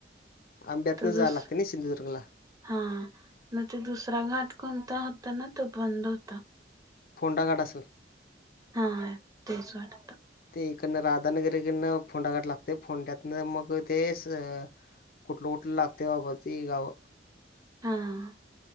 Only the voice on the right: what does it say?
त दुस
हा न ते दुसरा घाट कोणता होता ना तो बंद होता.
हा तेच वाटतं.
हा